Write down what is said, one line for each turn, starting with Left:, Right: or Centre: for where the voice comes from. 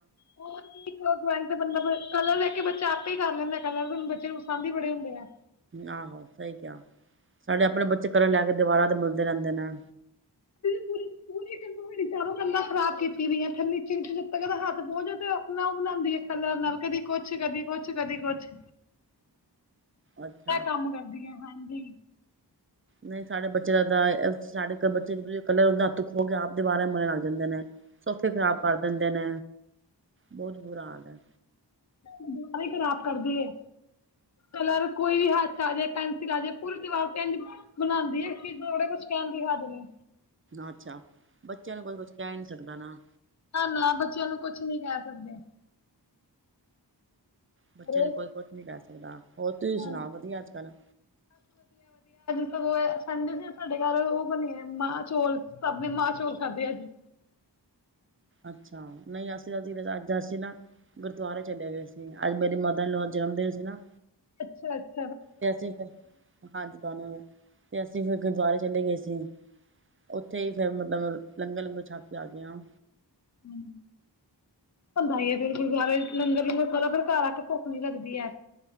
Left: ਹੋਰ ਕੀੀਕ ਭਗਵੰ <inaudible> ਬੰਦਾ ਬ ਕਲਰ ਦੇਖ ਕੇ ਬੱਚਾ ਆਪੇ ਹੀ ਕਰ ਲੈਂਦਾ ਕਲਰ ਵੀ ਬੱਚੇ ਨੂੰ ਪਸਦ ਹੀ ਬੜੇ ਹੁੰਦੇ ਆ
Right: ਆਹੋ ਸਹੀ ਕਿਹਾ ਸਾਡੇ ਆਪਣੇ ਬੱਚੇ ਘਰੇ ਲੈ ਕੇ ਦੀਵਾਰਾਂ ਤੇ ਮਿਲਦੇ ਰਹਿੰਦੇ ਨੇ
Left: ਪੂਰੀ ਪੂਰੀ ਕੰ ਚਾਰ ਕੰਾਂ ਖਰਾਬ ਕੀਤੀਈਆਂਥ ਨੀਚ ਜ ਤ ਕਦਾ ਹੱਥ ਬਹੁਦਾ ਆਪ ਉਹ ਬਣਾਉਦੀ ਹੈ ਕਲਰ ਨਾਲ ਕਦੀ ਕੁਛ ਕਦੀ ਕੁਛ ਕਦੀ ਕੁਛ
Right: ਅੱਛਾ
Left: ਮੈਂ ਕੰਮ ਕਰਦੀ ਆ ਹਾਂਜੀ
Right: ਨਹੀਂ ਸਾਡੇ ਬੱਚੇ ਦਾ ਸਾਡੇ ਬੱਚੇ ਦੂਜੇ ਇਕ ਹੁੰਦੇ ਹੱਥ ਖੋਹ ਕੇ ਆਪਦੇ ਦੀਵਾਰਾਂ ਨੂੰ ਮੱਲਣ ਲੱਗ ਜਾਂਦੇ ਨੇ ਸੋਫੇ ਖ਼ਰਾਬ ਕਰ ਦਿੰਦੇ ਨੇ ਬਹੁਤ ਬੁਰਾ ਹਾਲ ਹੈ।
Left: ਦੁਬਾਰਾ ਖਰਾਬ ਕਰਦੀ ਹੈ ਕਲਰ ਕੋਈ ਵੀ ਹੱਥ ਆਜੇ ਪੈਨਸਿਲ ਆਜੇ ਪੂਰੀ ਦੀਵਾਰ ਤੇ ਇੰਜ ਬਣਾਉਂਦੀ ਹੈ ਚੀਜ਼ ਨੂੰ ਕੁਛ ਕਹਿਣ ਦੀ ਹਦ ਨੇ
Right: ਅੱਛਾ ਬੱਚਿਆਂ ਨੂੰ ਕੋਈ ਕੁਛ ਕਹਿ ਨੀ ਸਕਦਾ ਨਾ
Left: ਤੁ ਬੱਚਿਆਂ ਨੂੰ ਕੁਛ ਨੀ ਕਹਿ ਸਕਦੇ
Right: ਬੱਚੇ
Left: ਹੋਰ?
Right: ਨੂੰ ਕੋਈ ਕੁਛ ਨੀ ਕਹਿ ਸਕਦਾ ਲਦਦਾ <inaudible> ਹੋਰ ਤੁਸੀਂ ਸੁਣਾ
Left: ਹਾਂਜੀ
Right: ਵਧੀਆ ਅੱਜ ਕੱਲ
Left: ਦੇ ਸੀ ਸਾਡੇ ਘਰ ਉਹ ਬਣੇ ਮਾਂ ਚੋਲ ਆਪਣੇ ਮਾਂ ਚੋਲ ਖਾਧੇ ਆ ਜੀ
Right: ਅੱਛਾ ਨਹੀਂ ਅਸੀਂ ਤਾਂ ਅੱਜ ਅਸੀਂ ਨਾ ਗੁਰਦੁਆਰੇ ਚਲੇ ਗਏ ਸੀ ਅੱਜ ਮੇਰੀ ਮਦਰ ਜਨਮ ਦਿਨ ਸੀ ਨਾ
Left: ਅੱਛਾ ਅੱਛਾ
Right: ਤੇ ਅਸੀਂ ਫ ਹਾਂਜੀ ਕਹਾਨ ਤੇ ਅਸੀਂ ਂ ਫਿਰ ਗੁਰਦੁਆਰੇ ਚਲੇ ਗਏ ਸੀ ਉੱਥੇ ਹੀ ਫੇਿਰ ਮਤਲਬ ਲੰਗਰ ਲੰਗਰ ਛਾ ਕੇ ਆ ਗਿਆ
Left: ਹਮ ਹੁੰਦਾ ਈ ਫੇਰ ਗੁਰਦੁਆਰੇ ਚ ਲੰਗਰ ਲੰਗਰ ਖਾ ਲਓ ਫਿਰ ਘਰ ਆ ਕੇ ਭੁੱਖ ਨੀ ਲੱਗਦੀ ਹੈ